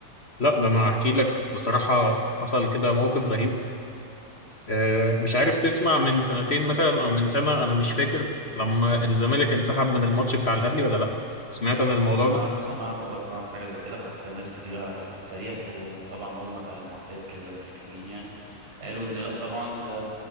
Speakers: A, on the left; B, on the right.
A: لا ده انا هحكي لك بصراحه حصل كده موقف غريب آه، مش عارف تسمع من سنتين مثلا او من سنه انا مش فاكر لما الزمالك انسحب من الماتش بتاع الاهلي ولا لا سمعت عن الموضوع
B: سمعت
A: ده
B: سمعت اه سمعت حاجه زي كده حتى ناس كتير قعدت تتريق وطبعا هم كالمعتاد كذا ملكوين يعني قالوا ان لا طبعا ده